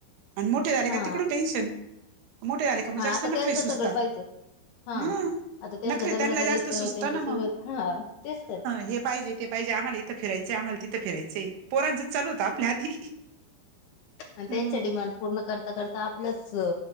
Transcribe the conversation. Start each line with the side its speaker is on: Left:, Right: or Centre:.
Right: आणि मोठे झाले
Left: हा
Right: का तिकडून टेन्शन मोठे झाले का मग
Left: हा
Right: जास्त
Left: आता
Right: नकरे
Left: त्यांचं
Right: सुचतात.
Left: सगळं पाहिचं हा
Right: हम,
Left: आता त्यांचं
Right: नखरे
Left: लग्न
Right: त्यांना
Left: करायचं
Right: जास्त सुचत
Left: त्यांचं
Right: ना मग
Left: सगळं हा तेच तर
Right: हे. पाहिजे तेे पाहिजे आम्हाला इथं फिरायचं आम्हाला तिथं फिरायचय पोरांचं चालू होत आपल्या आधी.
Left: त्याच्या
Right: हं
Left: डिमांड पूर्ण कर करता- करता आपलंच अ